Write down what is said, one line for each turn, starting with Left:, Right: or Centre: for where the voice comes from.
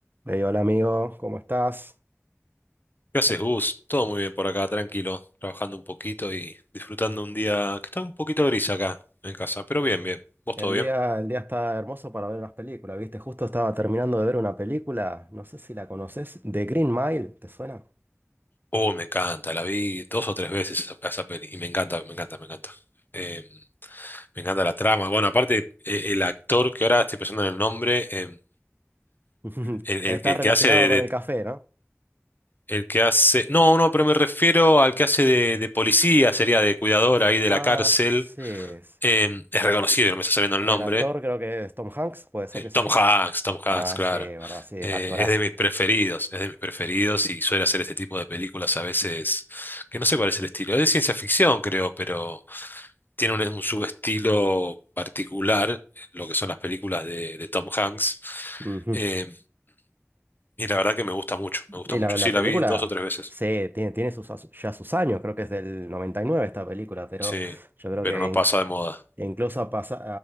Right: Hey, hola amigo, ¿cómo estás?
Left: ¿Qué haces, Gus? Todo muy bien por acá, tranquilo, trabajando un poquito y disfrutando un día que está un poquito gris acá en casa, pero bien, bien. ¿Vos
Right: El
Left: todo bien?
Right: día, el día está hermoso para ver unas películas, ¿viste? Justo estaba terminando de ver una película, no sé si la conoces, The Green Mile, ¿te suena?
Left: Oh, me encanta, la vi dos o tres veces esa, esa peli y me encanta, me encanta, me encanta. Eh, me encanta la trama. Bueno, aparte, eh, el actor que ahora estoy pensando en el nombre, eh,
Right: <laughs>
Left: el,
Right: Está
Left: el que el
Right: relacionado
Left: que hace de,
Right: con
Left: de-
Right: el café, ¿no?
Left: el que hace, no, no, pero me refiero al que hace de, de policía, sería de cuidador ahí de
Right: Ah,
Left: la cárcel.
Right: sí. es.
Left: eh, es reconocido, no me está saliendo
Right: El
Left: el nombre
Right: autor creo que es Tom Hanks, puede ser
Left: Eh,
Right: que se
Left: Tom
Right: llama.
Left: Hanks, Tom Hanks,
Right: Ah,
Left: claro.
Right: sí, verdad, sí,
Left: Eh,
Right: actorazo.
Left: es de mis preferidos, es de mis preferidos y suele hacer este tipo de películas a veces, que no sé cuál es el estilo. Es de ciencia ficción, creo, pero tiene un, un subestilo particular, lo que son las películas de, de Tom Hanks.
Right: Ujú.
Left: Eh, y la verdad que me gusta mucho, me gusta
Right: Y
Left: mucho.
Right: la, la
Left: Sí, la
Right: película,
Left: vi dos o tres veces,
Right: sí, tiene, tiene sus, as- ya sus años, creo que es del 99 esta película, pero
Left: sí,
Right: yo creo
Left: pero
Right: que
Left: no
Right: en
Left: pasa de moda.
Right: E incluso a pasa-